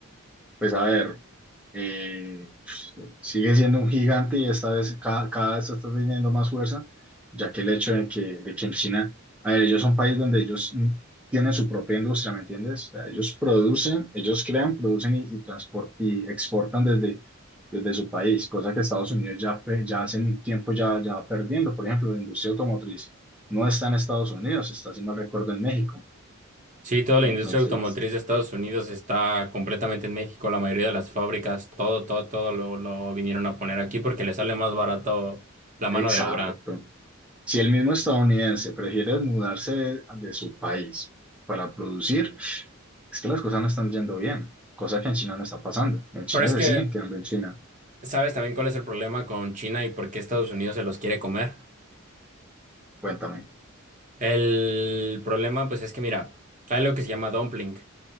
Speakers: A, in the centre; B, on the right.
A: Pues a ver, eh, sigue siendo un gigante y esta vez cada, cada vez está teniendo más fuerza, ya que el hecho de que, de que en China, a ver, ellos son un país donde ellos mm, tienen su propia industria, ¿me entiendes? O sea, ellos producen, ellos crean, producen y, y, transpor- y exportan desde, desde su país, cosa que Estados Unidos ya, pe- ya hace un tiempo ya, ya va perdiendo. Por ejemplo, la industria automotriz no está en Estados Unidos, está, si no recuerdo, en México.
B: Sí, toda la
A: Entonces,
B: industria automotriz de Estados Unidos está completamente en México. La mayoría de las fábricas, todo, todo, todo lo, lo vinieron a poner aquí porque le sale más barato la mano
A: exacto.
B: de obra.
A: Si el mismo estadounidense prefiere mudarse de, de su país para producir, es que las cosas no están yendo bien, cosa que en China no está pasando. En China
B: Pero es
A: se
B: que,
A: siguen quedando en China.
B: ¿sabes también cuál es el problema con China y por qué Estados Unidos se los quiere comer?
A: Cuéntame.
B: El problema, pues es que, mira, hay lo que se llama dumpling